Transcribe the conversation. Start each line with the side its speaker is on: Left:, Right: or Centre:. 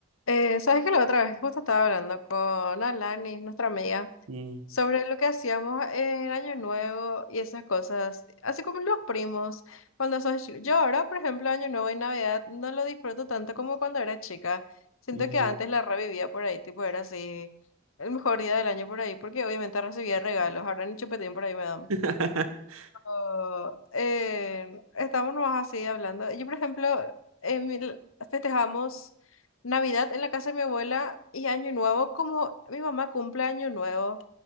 Left: Eh, sabes que la otra vez justo estaba hablando con Alani, nuestra amiga,
Right: Mm,
Left: sobre lo que hacíamos en Año Nuevo y esas cosas, así como los primos, cuando sos chico. Yo ahora, por ejemplo, Año Nuevo y Navidad no lo disfruto tanto como cuando era chica. Siento
Right: ujú.
Left: que antes la revivía por ahí, tipo era así, el mejor día del año por ahí, porque obviamente recibía regalos, ahora ni chupetín por ahí me dan.
Right: <laughs>
Left: Oh, eh, estamos nomás así hablando. Yo, por ejemplo, en mi- festejamos Navidad en la casa de mi abuela y Año Nuevo, como mi mamá cumple Año Nuevo, o